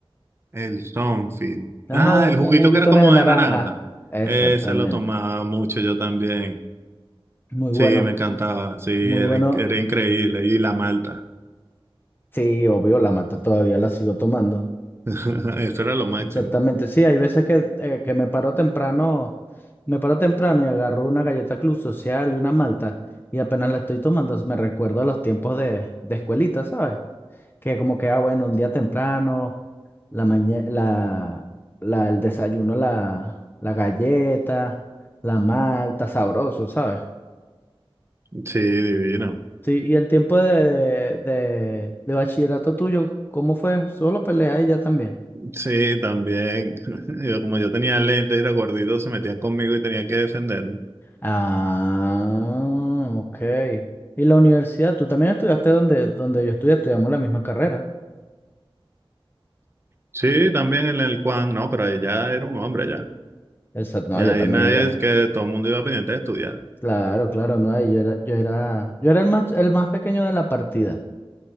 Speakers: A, on the right; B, on the left.
A: el Sonfil.
B: Ajá,
A: Ah,
B: un,
A: el juguito
B: un juguito
A: que era como
B: de naranja.
A: de naranja.
B: Exactamente.
A: Ese lo tomaba mucho yo también.
B: Muy
A: Sí,
B: bueno,
A: me encantaba. Sí, era,
B: muy bueno.
A: in- era increíble. Y la malta.
B: Sí, obvio, la mata todavía la sigo tomando.
A: <laughs> Eso era lo máximo.
B: Exactamente, sí, hay veces que, eh, que me paro temprano, me paro temprano y agarro una galleta Club Social y una malta y apenas la estoy tomando me recuerdo los tiempos de, de escuelita, ¿sabes? Que como que, ah, bueno, un día temprano, la mañana, la, la, el desayuno, la, la galleta, la malta, sabroso, ¿sabes?
A: Sí, divino.
B: Sí, y el tiempo de, de, de, de bachillerato tuyo, ¿cómo fue? ¿Solo peleas y ya también?
A: Sí, también. <laughs> Yo, como yo tenía lentes y era gordito, se metían conmigo y tenía que defenderme.
B: Ah, ok. ¿Y la universidad? ¿Tú también estudiaste donde, donde yo estudié? Estudiamos la misma carrera.
A: Sí, también en el Juan. No, pero ella era un hombre
B: Exacto. No,
A: Ya
B: yo
A: ahí
B: también
A: nadie
B: ya.
A: es que todo el mundo iba pendiente de estudiar.
B: Claro, claro, no. y Yo era, yo era, yo era el más, el más pequeño de la partida.